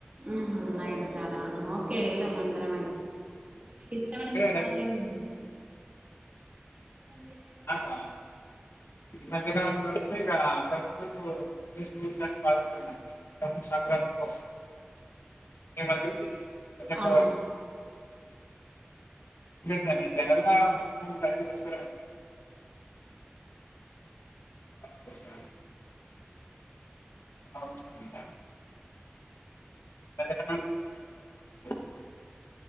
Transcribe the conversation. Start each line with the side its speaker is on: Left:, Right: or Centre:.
Right: ఆ నయనతారా ఓకే వెళ్దాం అందరం వెళ్దాం మీకు ఇష్టమైన
Left: అంటే
Right: సినిమాలు ఏం ఉన్నయ్ సార్ ఇష్టమైన హీరో ఎవరు
Left: నాకా నాకేదన్న దొరికితే ఇగ <unintelligible> <unintelligible> మేమక్కడి పక్కింట్లో
Right: అవునా
Left: వాళ్ తోటి ఇగ జనల్ జనల్ గా <unintelligible> బాగా వస్తాయి అవుస్తాందా <unintelligible>